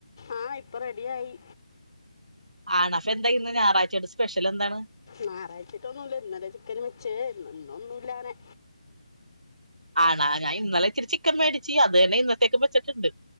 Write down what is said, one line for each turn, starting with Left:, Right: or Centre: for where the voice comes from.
Left: ആഹ് ഇപ്പം റെഡിയായി.
Right: ആണ്ടോ അപ്പ എന്താ ഇന്ന് ഞാറാഴ്ച്ചയിലെ സ്പെഷ്യൽ എന്താണ്
Left: ഞാറാഴ്ച്ചായിട്ടൊന്നും ഇല്ല ഇന്നലെ ചിക്കൻ വെച്ച് ഇന്നൊന്നും ഇല്ല അങ്ങെനെ
Right: ആണോ ഞാൻ ഇന്നലെ ഇത്തിരി ചിക്കൻ മേടിച്ച് അത് തന്നെ ഇന്നത്തേക്ക് വെച്ചിട്ടുണ്ട്.